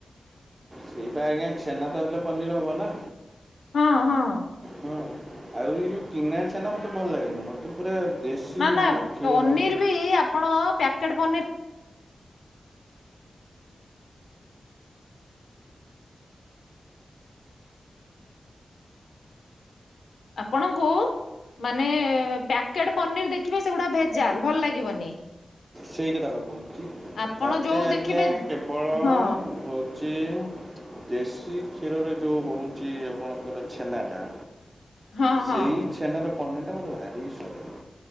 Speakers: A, on the right; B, on the left.
A: ସେଇଟା ଆଜ୍ଞା ଛେନାତ ହେଲେ ପନିର ହବ ନା।
B: ହଁ ହଁ।
A: ହଁ ଆଉ ଏଇ ଯେଉ କିଣା ଛେନା ମୋତେ ଭଲ ଲାଗେନା ମ। ପୁରା ଦେଶୀ
B: ନା
A: ଯୋଉଁ
B: ନା
A: କ୍ଷୀରର
B: ପନିର ବି ଆପଣ ପ୍ୟାକେଟ୍ ପନିର ଆପଣଙ୍କୁ ମାନେ ପ୍ୟାକେଟ ପନିର ଦେଖିବେ ସେଗୁଡା ଭେଜାଲ ଭଲ ଲାଗିବନି।
A: ସେଇ କଥାପା କହୁଛି
B: ଆପଣ
A: ମୋତେ
B: ଯୋଉ
A: ଆଜ୍ଞା
B: ଦେଖିବେ
A: କେବଳ
B: ହଁ
A: ହୋଉଛି ଦେଶୀ କ୍ଷୀରରେ ଯୋଉଁ ହଉଛି ଆପଣଙ୍କର ଛେନାଟା
B: ହଁ ହଁ
A: ସେଇ ଛେନାର ପନିରଟା ମୋତେ ଭାରି ସ୍ୱାଦ ଲାଗେ।